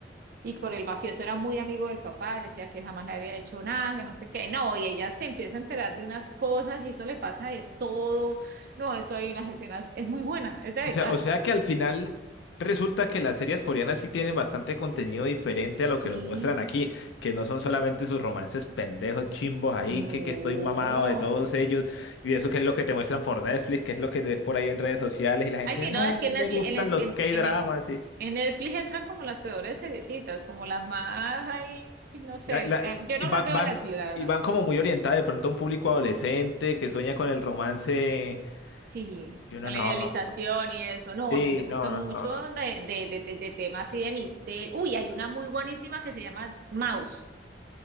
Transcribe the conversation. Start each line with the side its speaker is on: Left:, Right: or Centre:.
Right: Y por el mafioso era muy amigo del papá y le decía que jamás le había hecho nada, que no sé qué. No, y ella se empieza a enterar de unas cosas y eso le pasa de todo. No, eso hay unas escenas, es muy buena, es de
Left: O
Right: venganza.
Left: sea, o sea que al final resulta que las series coreanas sí tienen bastante contenido diferente a lo
Right: Sí.
Left: que nos muestran aquí, que no son solamente sus romances pendejos, chimbos ahí,
Right: No.
Left: que, que estoy mamado de todos ellos y de eso que es lo que te muestran por Netflix, que es lo que ves por ahí en redes sociales y la gente,
Right: Ay, sí,
Left: ay,
Right: no, es que en
Left: me
Right: Netflix,
Left: gustan
Right: en, Net-
Left: los K-dramas.
Right: en, en- en Netflix entran como las peores seriecitas, como las más ahí, no sé,
Left: La- la-
Right: es- eh, yo no
Left: y van,
Right: las veo
Left: van-
Right: en Netflix, la verdad.
Left: y van como muy orientadas de pronto a un público adolescente que sueña con el romance.
Right: Sí,
Left: Yo no,
Right: con
Left: no.
Right: la idealización y eso. No,
Left: Sí,
Right: a mí me gusta
Left: no, no,
Right: mucho
Left: no.
Right: de, de, de, de- de temas y de misterio. Uy, hay una muy buenísima que se llama Mouse.